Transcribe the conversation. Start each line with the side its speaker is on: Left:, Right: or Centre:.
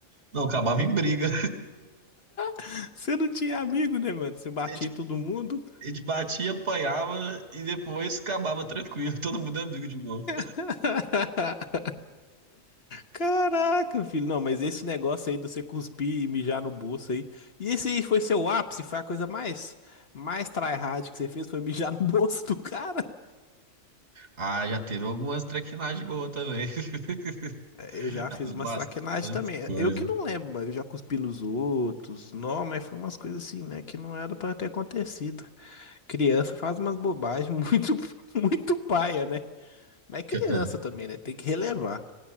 Right: Não, acabava em briga.
Left: <laughs> Você não tinha amigo, né, mano? Você batia
Right: A gente,
Left: em todo mundo.
Right: a gente batia, apanhava e depois acabava tranquilo. <laughs> Todo mundo é amigo de novo.
Left: <laughs> Caraca, filho. Não, mas esse negócio aí de você cuspir e mijar no bolso aí. E esse aí foi seu ápice? Foi a coisa mais, mais tryhard que você fez? Foi mijar no <laughs> bolso do cara?
Right: Ah, já teve algumas traquinagens boas também. <laughs>
Left: Eu já
Right: Já
Left: fiz
Right: fiz
Left: umas
Right: bastante
Left: traquinagens também.
Right: coisa.
Left: Eu que não lembro, mas eu já cuspi nos outros. Não, mas foi umas coisas assim, né? Que não era pra ter acontecido. Criança faz umas bobagens <laughs> muito, muito paia, né? Mas é criança
Right: Que eu, ta-
Left: também, né? Tem que relevar.